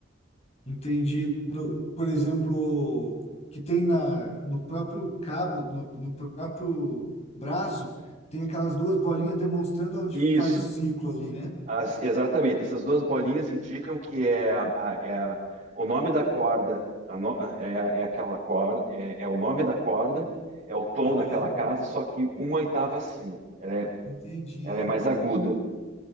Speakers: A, on the left (about 35°); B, on the right (about 40°).
A: entendi. No- por exemplo, que tem na, no próprio cabo, no, no próprio braço, tem aquelas duas bolinhas demonstrando onde
B: Isso,
A: faz o ciclo ali, né?
B: as- exatamente. Essas duas bolinhas indicam que é, a- a- é a- o nome da corda, a no- é, é aquela corda, é, é o nome da corda, é o tom
A: Aham.
B: daquela casa, só que uma oitava acima. Ela é,
A: Entendi.
B: ela é mais aguda.